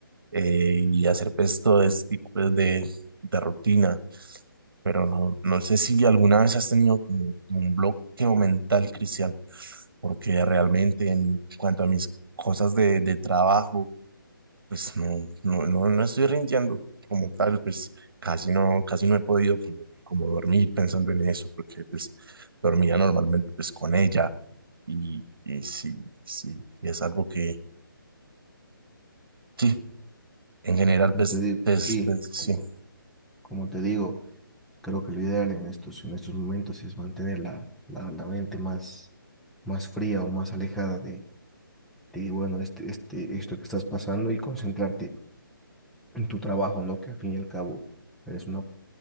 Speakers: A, on the right (about 75°); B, in the centre.
A: eh, y hacer pues todo este tipo pues de, de rutina, pero no, no sé si alguna vez has tenido como, como un bloqueo mental, Cristian, porque realmente en cuanto a mis cosas de, de trabajo, pues no, no, no, no estoy rindiendo como tal, pues casi no, casi no he podido como, como dormir pensando en eso, porque pues dormía normalmente pues con ella y, y sí, sí, y es algo que, sí, en general
B: Como
A: pues,
B: te digo,
A: pues,
B: sí,
A: pues, sí.
B: como, como te digo. Creo que lo ideal en estos, en estos momentos es mantener la, la, la mente más, más fría o más alejada de, de bueno, este, este, esto que estás pasando y concentrarte en tu trabajo, ¿no? Que al fin y al cabo eres una